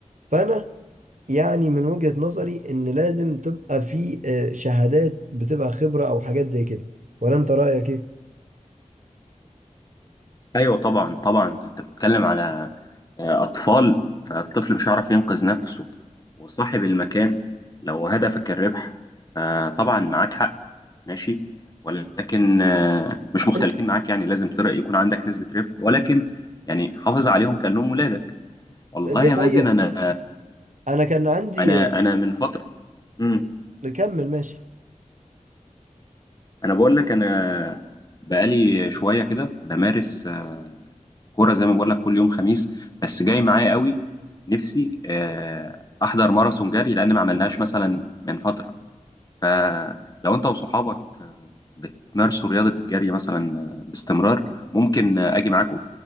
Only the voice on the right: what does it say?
فانا يعني من وجهة نظري ان لازم تبقى في آه، شهادات بتبقى خبرة او حاجات زي كده ولا انت رأيك ايه
ال-
دي
حقيقة
انا كان عندي
كمل ماشي